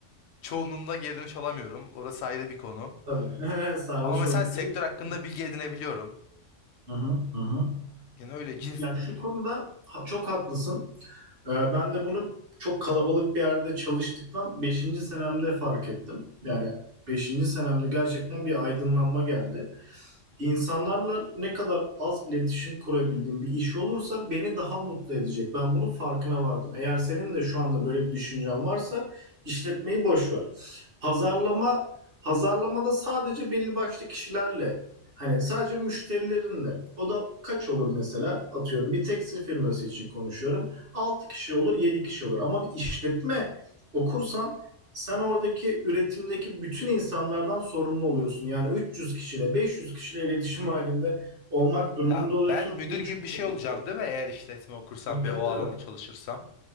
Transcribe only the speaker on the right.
Tabii. <laughs> Sarhoş
oldukları
için.
Hı-hı. Hı-hı.
Ya şu konuda ha- çok haklısın. Ee, ben de bunu çok kalabalık bir yerde çalıştıktan beşinci senemde fark ettim. Yani beşinci senemde gerçekten bir aydınlanma geldi. İnsanlarla ne kadar az iletişim kurabildiğim bir iş olursa beni daha mutlu edecek. Ben bunun farkına vardım. Eğer senin de şu anda böyle bir düşüncen varsa işletmeyi boş ver. Pazarlama pazarlamada sadece belli başlı kişilerle hani sadece müşterilerinle o da kaç olur mesela atıyorum bir tekstil firması için konuşuyorum. altı kişi olur 7 kişi olur ama bir işletme okursan sen oradaki üretimdeki bütün insanlardan sorumlu oluyorsun. Yani 300 kişiyle 500 kişiyle iletişim halinde olmak durumunda
oluyorsun.
Bu
çok
kötü
bir şey.
Tabii
tabii
tabii.